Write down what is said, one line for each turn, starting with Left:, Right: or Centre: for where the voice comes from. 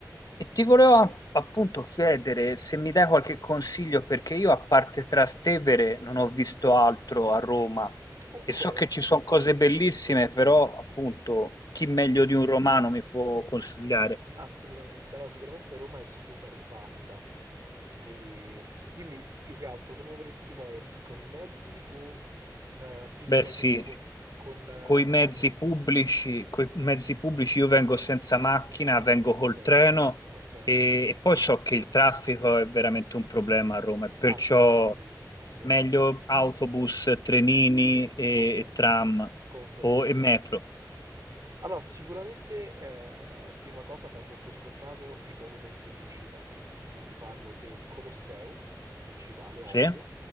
Left: E ti volevo a- appunto chiedere se mi dai qualche consiglio perché io a parte Trastevere non ho visto altro a Roma
Right: Ok,
Left: e so che ci sono cose bellissime, però appunto chi meglio di un romano mi può consigliare?
Right: assolutamente. Allora, sicuramente Roma è super vasta. E dimmi più che altro come vorresti muoverti, con i mezzi o eh, principalmente
Left: Beh, sì,
Right: con, con, eh,
Left: coi mezzi
Right: con una macchina?
Left: pubblici, coi mezzi pubblici io vengo senza macchina, vengo
Right: Ok,
Left: col treno
Right: ok.
Left: e, e poi so che il traffico è veramente un problema a Roma, e perciò
Right: Assolutamente sì, assolutamente
Left: meglio
Right: sì.
Left: autobus, trenini e,
Right: Confermo,
Left: e tram
Right: confermo,
Left: o,
Right: confermo.
Left: e metro.
Right: Allora, sicuramente, eh, prima cosa, a me è molto scontato i monumenti principali, quindi parlo del Colosseo, principale, ovvio,
Left: Sì?